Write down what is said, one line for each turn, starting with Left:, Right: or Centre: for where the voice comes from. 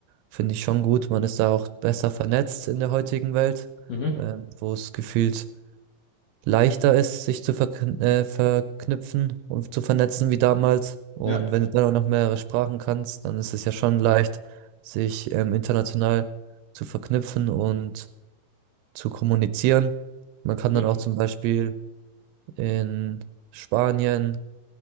Right: finde ich schon gut, man ist da auch besser vernetzt in der heutigen Welt,
Left: Mhm.
Right: ähm, wo es gefühlt leichter ist, sich zu verkn äh, verknüpfen und zu vernetzen wie damals. Und
Left: Ja,
Right: wenn du dann auch noch mehrere Sprachen kannst, dann ist es ja schon leicht, sich ähm, international zu verknüpfen und zu kommunizieren. Man kann
Left: Mhm.
Right: dann auch zum Beispiel in Spanien,